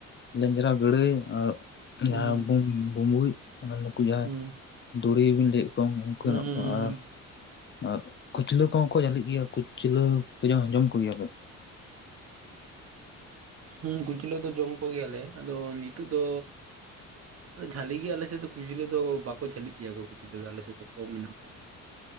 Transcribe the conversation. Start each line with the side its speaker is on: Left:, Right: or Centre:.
Left: ᱞᱮᱧᱡᱽᱨᱟ ᱜᱟᱹᱲᱟᱹᱭ ᱟᱨ
Right: ᱦᱩᱸ
Left: ᱡᱟᱦᱟᱸ ᱵᱩᱢ ᱵᱩᱸᱵᱩᱡ ᱱᱩᱠᱩ ᱡᱟᱦᱟᱸ
Right: ᱦᱩᱸ
Left: ᱫᱩᱲᱤᱵᱤᱱ ᱞᱟᱹᱭᱮᱫ ᱠᱚᱢ ᱩᱱᱠᱩ
Right: ᱦᱩᱸ
Left: ᱦᱮᱱᱟᱜ
Right: ᱦᱩᱸ
Left: ᱠᱚᱣᱟ
Right: ᱦᱩᱸ
Left: ᱟᱨ ᱟᱨ ᱠᱩᱪᱞᱟᱹ ᱠᱚᱦᱚᱸ ᱠᱚ ᱡᱷᱟᱹᱞᱤᱜ ᱜᱮᱭᱟ ᱠᱩᱸᱪᱞᱟᱹ ᱯᱮ ᱡᱚᱢ ᱠᱚ ᱜᱮᱭᱟ ᱯᱮ?
Right: ᱦᱩᱸ ᱠᱩᱪᱞᱟᱹ ᱫᱚ ᱡᱚᱢ ᱠᱚ ᱜᱮᱭᱟ ᱞᱮ ᱟᱫᱚ ᱱᱤᱛᱚᱜ ᱫᱚ ᱟᱫᱚ ᱡᱷᱟᱹᱞᱤ ᱜᱮ ᱟᱞᱮ ᱥᱮᱫ ᱫᱚ ᱠᱷᱩᱪᱞᱟᱹ ᱫᱚ ᱵᱟᱠᱚ ᱡᱷᱟᱹᱞᱤᱜ ᱜᱮᱭᱟ ᱠᱚ ᱠᱷᱩᱪᱞᱟᱹ ᱫᱚ ᱟᱞᱮ ᱥᱮᱫ ᱫᱚ ᱠᱚᱢ ᱢᱮᱱᱟᱜ ᱠᱚᱣᱟ